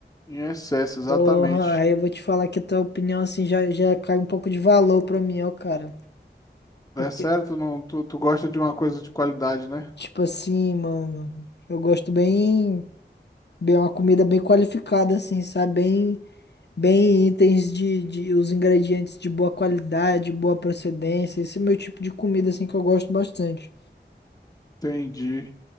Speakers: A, on the left (about 20°); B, on the left (about 65°).
A: em excesso, exatamente.
B: Porra, aí eu vou te falar que a tua opinião, assim, já, já cai um pouco de valor pra mim, ó, cara. Porque,
A: É certo? Não, tu, tu gosta de uma coisa de qualidade, né?
B: tipo assim, mano, eu gosto bem, bem uma comida bem qualificada, assim, sabe? Bem Bem, itens de, de os ingredientes de boa qualidade, boa procedência. Esse é o meu tipo de comida assim que eu gosto bastante.
A: Entendi.